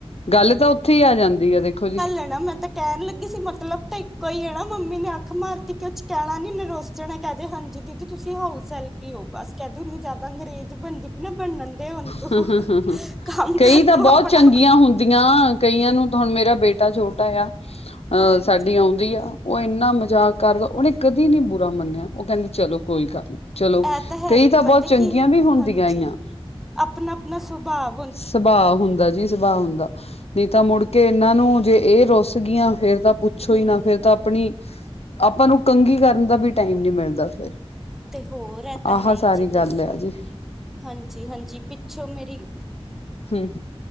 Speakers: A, on the left (about 80°); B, in the centre.
A: ਗੱਲ ਤਾਂ ਉੱਥੇ ਈ ਆ ਜਾਂਦੀ ਆ। ਦੇਖੋ ਜੀ।
B: ਕੈਣਾ ਮੈਂ ਤਾਂ ਕਹਿਣ ਲੱਗੀ ਸੀ, ਮਤਲਬ ਤਾਂ ਇੱਕੋ ਈ ਐ ਨਾ? ਮੰਮੀ ਨੇ ਅੱਖ ਮਾਰਤੀ ਕੁਛ ਕਹਿਣਾ ਨੀ ਏਨੇ ਰੁੱਸ। ਸਗੋ ਕਹਿੰਦੇ ਹਾਂਜੀ, ਦੀਦੀ ਤੁਸੀਂ ਹਾਊਸ ਹੈਲਪ ਈ ਓ ਬਸ। ਕਹਿੰਦੀ, ਉਹਨੂੰ ਜਿਆਦਾ ਅੰਗਰੇਜ਼ ਬਣਦੀ ਪਈ ਨਾ, ਬਣਨ ਦੇ ਤੂੰ
A: ਹੂੰ ਹੂੰ ਹੂੰ ਹੂੰ,
B: ਕੰਮ
A: ਕਈ
B: ਕਰ
A: ਤਾਂ
B: ਤੂੰ
A: ਬਹੁਤ
B: ਆਪਣਾ
A: ਚੰਗੀਆਂ, ਦੀਆਂ ਕਈਆਂ ਨੂੰ ਤਾਂ ਹੁਣ ਮੇਰਾ ਬੇਟਾ ਛੋਟਾ ਆ। ਅਹ,
B: ਹਾਂਜੀ
A: ਸਾਡੀ ਆਉਂਦੀ ਆ। ਉਹ ਇੰਨਾ ਮਜ਼ਾਕ ਕਰ ਉਹਨੇ ਕਦੀ ਨੀ ਬੁਰਾ ਮੰਨਿਆ, ਉਹ ਕਹਿੰਦੀ ਚਲੋ ਕੋਈ ਗੱਲ ਨੀ। ਚਲੋ,
B: ਇਹ
A: ਕਈ
B: ਹੈ ਹੀ
A: ਤਾਂ ਬਹੁਤ
B: ਪਤਾ
A: ਚੰਗੀਆਂ
B: ਕੀ
A: ਵੀ ਹੁੰਦੀਆਂ
B: ਹਾਂਜੀ
A: ਆਂ।
B: ਆਪਣਾ ਆਪਣਾ ਸੁਭਾਵ
A: ਸੁਭਾਅ ਹੁੰਦਾ ਜੀ ਸੁਭਾਅ ਹੁੰਦਾ, ਨਹੀਂ ਤਾਂ ਮੁੜ ਕੇ ਇਹਨਾਂ ਨੂ ਜੇ ਏ ਰੁਸ ਗਈਆਂ? ਫੇਰ ਤਾਂ ਪੁੱਛੋ
B: ਹੂੰ
A: ਈ ਨਾ, ਫੇਰ ਤਾਂ ਆਪਣੀ ਆਪਾਂ ਨੂੰ, ਕੰਘੀ ਕਰਨ ਦਾ ਵੀ ਟਾਈਮ ਨਹੀਂ ਮਿਲਦਾ ਫੇਰ।
B: ਤੇ ਹੋਰ ਹੈ ਤਾਂ
A: ਆਹ
B: ਹੈ ਹੀ
A: ਸਾਰੀ
B: ਜੀ।
A: ਗੱਲ
B: ਦੱਸੋ।
A: ਆ ਜੀ।
B: ਹਾਂਜੀ, ਹਾਂਜੀ। ਪਿੱਛੋਂ ਮੇਰੀ
A: ਹਮ।